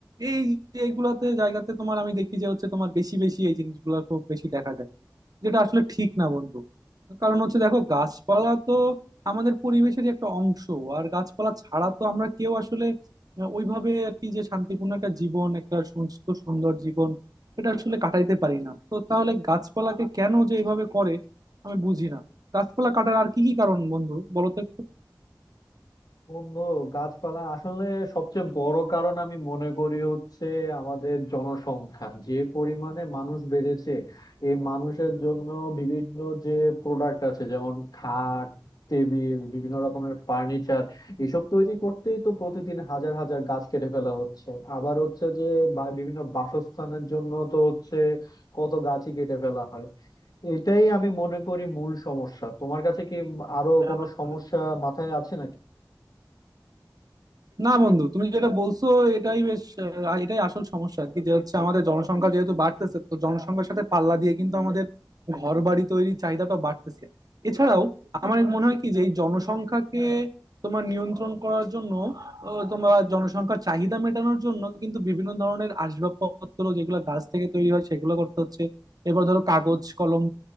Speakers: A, on the right; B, on the left.
A: এই এইগুলাতে জায়গাতে তোমার আমি দেখি যে হচ্ছে তোমার বেশি বেশি এই জিনিসগুলো খুব বেশি দেখা যায় যেটা আসলে ঠিক না বন্ধু কারণ হচ্ছে দেখো গাছপালা তো আমাদের পরিবেশের একটা অংশ আর গাছপালা ছাড়া তো আমরা কেউ আসলে আহ, ওইভাবে আর কি যে শান্তিপূর্ণ একটা জীবন একটা সুস্থ সুন্দর জীবন এটা আসলে কাটাইতে পারি না তো তাহলে গাছপালাকে কেন যে এইভাবে করে আমি বুঝি না গাছপালা কাটার আর কি কি কারণ বন্ধু বলো তো
B: বন্ধু গাছপালা আসলে সবচেয়ে বড় কারণ আমি মনে করি হচ্ছে আমাদের জনসংখ্যা যে পরিমাণে মানুষ বেড়েছে এই মানুষের জন্য বিভিন্ন যে প্রোডাক্ট আছে যেমন খাট টেবিল বিভিন্ন রকমের ফার্নিচার এসব তৈরি করতেই তো প্রতিদিন হাজার হাজার গাছ কেটে ফেলা হচ্ছে আবার হচ্ছে যে বা- বিভিন্ন বাসস্থানের জন্য তো হচ্ছে কত গাছই কেটে ফেলা হয় এটাই আমি মনে করি মূল সমস্যা তোমার কাছে কি আরো কোনো
A: একটু
B: সমস্যা মাথায় আছে নাকি
A: না বন্ধু তুমি যেটা বলছো এটাই বেশ আহ, এটাই আসল সমস্যা আর কি যে হচ্ছে আমাদের জনসংখ্যা যেহেতু বাড়তেছে তো জনসংখ্যার সাথে পাল্লা দিয়ে কিন্তু আমাদের ঘর বাড়ি তৈরির চাহিদাটা বাড়তেছে এছাড়াও আমার মনে হয় কি যে এই জনসংখ্যাকে তোমার নিয়ন্ত্রণ করার জন্য ও, তোমার জনসংখ্যার চাহিদা মেটানোর জন্য কিন্তু বিভিন্ন ধরনের আসবাবপত্র যেগুলো গাছ থেকে তৈরি হয় সেগুলো করতে হচ্ছে এবার ধরো কাগজ কলম